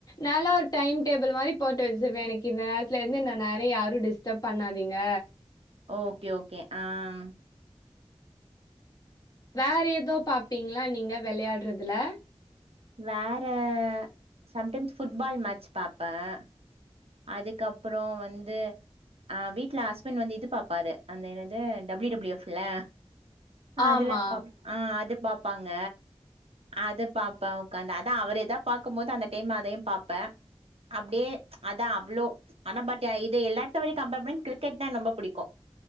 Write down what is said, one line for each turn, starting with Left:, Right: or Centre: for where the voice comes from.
Left: நால்லா ஒரு டைம் டேபிள் மாரி போட்டு வச்சிருவே எனக்கு இந்த நேரத்துல இருந்து இந்த நேரோ யாரு டிஸ்டப் பண்ணாதீங்க
Right: ஓகே ஓகே ஆ ம்
Left: வேற ஏதோ பாப்பீங்ளா நீங்க வெளையாடுறதுல
Right: வேற சம்டைம்ஸ் ஃபுட்பால் மேட்ச் பாப்பேன் அதுக்கப்பறோ வந்து ஆ வீட்ல அஸ்பண்ட் வந்து இது பாப்பாரு அந்த என்னது டபிள்யூ டபிள்யூ எஃப் அ அதுலா
Left: ஆமா,
Right: பாப் ஆ அது பாப்பாங்க அத பாப்பன் உக்காந்து அதான் அவர் எதாவது பார்க்கும் போது அந்த டைம் அதையு பார்ப்பன் அப்டே அதான் அவ்ளோ ஆனா பட் இது எல்லாத்தவிட கம்பேர் பண்ணா கிரிக்கெட் தான் எனக்கு ரொம்ப புடிக்கும்.